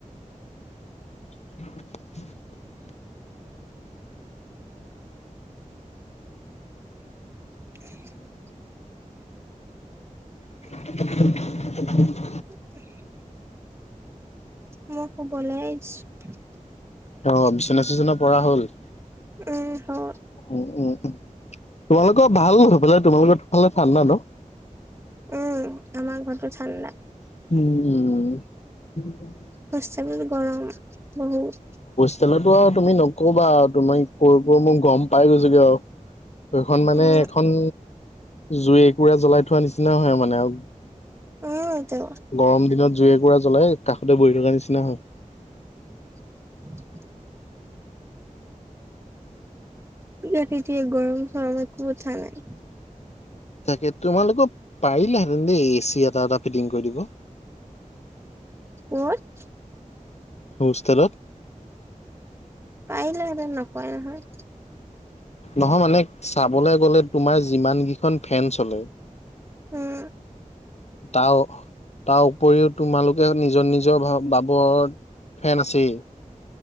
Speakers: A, on the left; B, on the right.
A: <inaudible>
B: <inaudible>
A: <inaudible>
B: <inaudible> মোৰ শুবলে <unintelligible>
A: অ' বিচনা চিচনা পৰা হ'ল?
B: উম, হ'ল।
A: উম, উম। তোমালোকৰ ভাল, সেইফালে তোমালোকৰ ফালে ঠাণ্ডা ন'?
B: উম, আমাৰ ঘৰটো ঠাণ্ডা।
A: হুম
B: হোষ্টেলত গৰম বহুত।
A: হোষ্টেলৰটো আৰু তুমি নক'বা আ, তুমি কৈ কৈ মই গম পাই গৈছোঁগে আৰু। এইখন মানে
B: উম
A: এখইন জুই একুৰা জ্বলাই থোৱা নিচিনা হয় মানে আৰু।
B: উমতো।
A: গৰম দিনত জুই একুৰা জ্বলাই কাষতে বহি থকাৰ নিচিনা হয়।
B: <inaudible> <unintelligible> গৰম চৰম একো উঠা নাই।
A: তাকে, তোমালোকৰ পাৰিলেহেঁতেন দেই, এ চি এটা এটা ফিটিং কৰি দিব।
B: ক'ত?
A: হোষ্টেলত।
B: পাৰিলেহেঁতেন, নকৰে নহয়।
A: নহয় মানে চাবলে গ'লে তোমাৰ যিমানকেইখন ফেন চলে
B: উম।
A: তাও তাৰ উপৰিও তোমালোকে নিজৰ, নিজৰ ভাবদ ফেন আছেই।